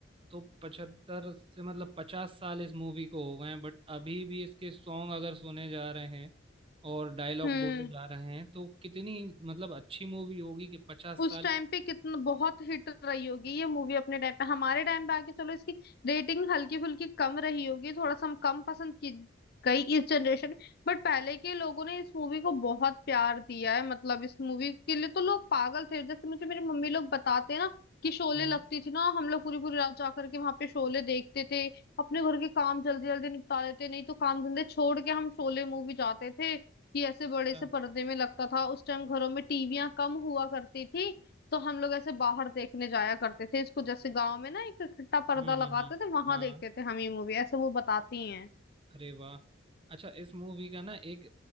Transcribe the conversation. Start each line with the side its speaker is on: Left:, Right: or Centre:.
Right: तो 75 से मतलब 50 साल इस मूवी को हो गए हैं बट अभी भी इसके सॉन्ग अगर सुने जा रहे हैं और डायलॉग
Left: हम्म
Right: बोले जा रहे हैं तो कितनी मतलब अच्छी मूवी होगी कि 50
Left: उस
Right: साल
Left: टाइम पे कितना बहुत हिट रही होगी ये मूवी अपने टाइम पे हमारे टाइम पे आके चलो इसकी रेटिंग हल्की फुल्की कम रही होगी थोड़ा सा हम कम पसंद की गई इस जनरेशन बट पहले के लोगों ने इस मूवी को बहुत प्यार दिया है मतलब इस मूवी के लिए तो लोग पागल थे जैसे मुझे मेरी मम्मी लोग बताते हैं ना कि शोले
Right: हम्म
Left: लगती थी ना हम लोग पूरी पूरी रात जाकर के वहां पे शोले देखते थे अपने घर के काम जल्दी जल्दी निपटा लेते नहीं तो काम धंधे छोड़ के हम शोले मूवी जाते थे कि ऐसे बड़े
Right: हम्म
Left: से पर्दे में लगता था उस टाइम घरों में टीवियां कम हुआ करती थी तो हम लोग ऐसे बाहर देखने जाया करते थे इसको जैसे गांव में ना एक इकट्ठा पर्दा
Right: हम्म
Left: लगाते
Right: हम्म, हम्म,
Left: थे वहां
Right: हाँ
Left: देखते थे हम ये मूवी ऐसे वो बताती हैं
Right: अरे वाह अच्छा इस मूवी का ना एक